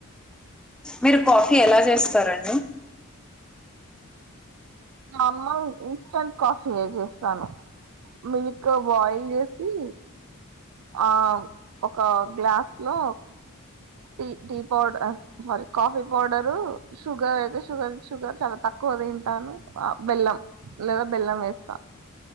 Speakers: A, in the centre; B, on the right.
A: మీరు కాఫీ ఎలా చేస్తారండి
B: నార్మల్ ఇన్స్టంట్ కాఫీ ఏ చేస్తాను మిల్క్ బాయిల్ చేసి ఆ ఒక గ్లాస్ లో టి టి పౌడర్ అ సారీ కాఫీ పౌడరు షుగర్ అయితే షుగర్ షుగర్ చాలా తక్ తక్కువ తింటాను హ బెల్లం లేదా బెల్లం వేస్తా